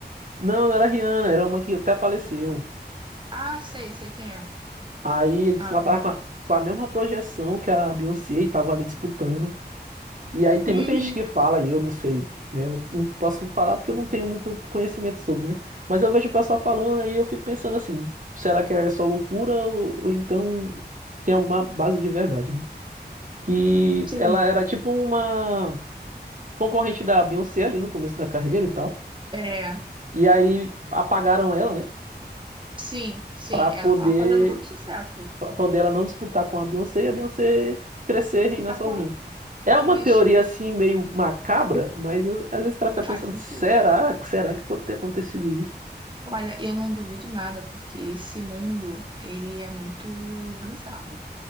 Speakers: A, on the right; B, on the right.
A: Não, não era a Rihanna, era uma que até faleceu.
B: Ah, sei, sei quem é.
A: Aí disse
B: Ah,
A: que ela tava com a, com a mesma projeção que a Beyoncé e tava ali disputando. E aí tem
B: uhum,
A: muita gente que fala, e eu não sei, né? Eu não, não posso falar porque eu não tenho muito conhecimento sobre, né? Mas eu vejo o pessoal falando aí eu fico pensando assim, será que é só loucura ou, ou então tem alguma base de verdade, né? Que
B: sim.
A: ela era tipo uma concorrente da Beyoncé ali no começo da carreira e tal.
B: É,
A: E aí apagaram ela, né?
B: sim, sim.
A: Pra poder
B: Ela tava fazendo muito sucesso.
A: pra poder ela não disputar com a Beyoncé e a Beyoncé crescer e reinar
B: Ficar
A: sozinha.
B: com ela.
A: É
B: E
A: uma teoria
B: Isso
A: assim meio macabra, mas uh, às vezes o cara fica pensando,
B: faz sentido.
A: será que será que pode ter acontecido isso?
B: Olha, eu não duvido nada, porque esse mundo, ele é muito bizarro.